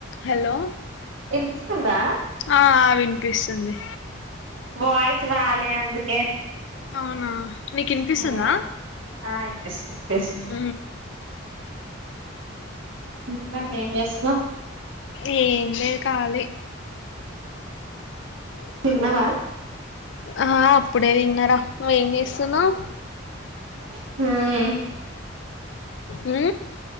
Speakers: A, on the left; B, on the right.
A: Hello
B: ఇనిపిస్తుందా.
A: ఆ వినిపిస్తుంది.
B: వాయిస్ రాలే అందుకే.
A: అవునా నీకు ఇనిపిస్తుందా.
B: ఆ ఆ వినిపిస్తుంది వినిపిస్తుంది
A: అహ
B: ఇంకా ఏమ్ చేస్తున్నవు.
A: ఏం లేదు కాలి. హ
B: తిన్నవా?
A: ఆ అప్పుడే తిన్నారా. నువ్వు ఏం చేస్తున్నవు?
B: హ్ ఎ
A: హ్